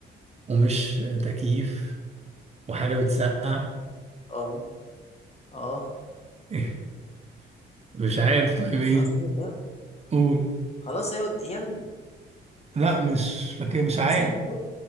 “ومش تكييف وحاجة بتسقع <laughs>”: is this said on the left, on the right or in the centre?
Right